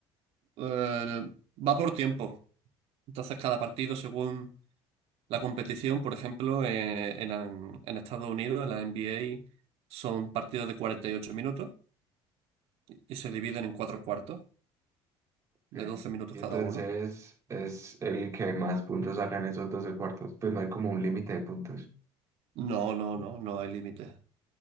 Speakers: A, on the right (about 60°); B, on the right (about 25°).
A: Eh, va por tiempo. Entonces, cada partido, según la competición, por ejemplo, eh, en, en Estados Unidos, en la NBA, son partidos de 48 minutos y se dividen en cuatro cuartos,
B: Ok.
A: de 12 minutos
B: Y
A: cada
B: entonces
A: uno.
B: es el que más puntos saca en esos 12 cuartos. Pues no hay como un límite de puntos.
A: No, no, no, no hay límite.